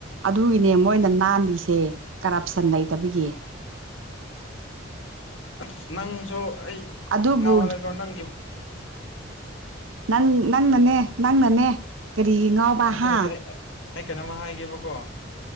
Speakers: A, on the right; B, on the left.
A: ꯑꯗꯨꯒꯤꯅꯦ ꯃꯣꯏꯅ ꯅꯥꯟꯂꯤꯁꯦ ꯀꯔꯞꯁꯟ ꯂꯩꯇꯕꯒꯤ
B: <inaudible> ꯅꯪꯁꯨ ꯑꯩ
A: ꯑꯗꯨꯕꯨ
B: ꯌꯥꯝ ꯉꯥꯎꯍꯜꯂꯦꯀꯣ ꯅꯪꯒꯤ ꯎꯝ
A: ꯪ ꯅꯪ ꯅꯪꯅꯅꯦ ꯅꯪꯅꯅꯦ ꯀꯔꯤꯒꯤ ꯉꯥꯎꯕ
B: ꯅꯠꯇꯦ
A: ꯍꯥ
B: ꯅꯠꯇꯦ ꯑꯩ ꯑꯩ ꯀꯩꯅꯣꯃ ꯍꯥꯏꯒꯦꯕꯀꯣ